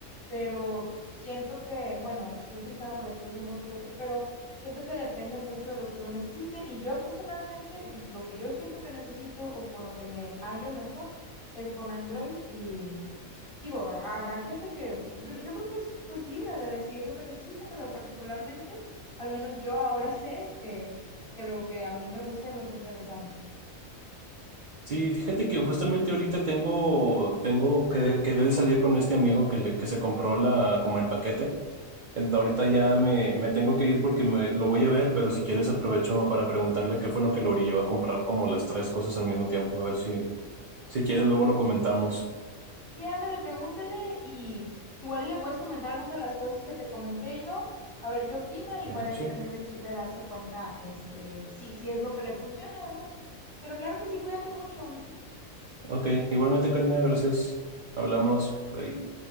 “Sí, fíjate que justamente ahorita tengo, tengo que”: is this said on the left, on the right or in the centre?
Right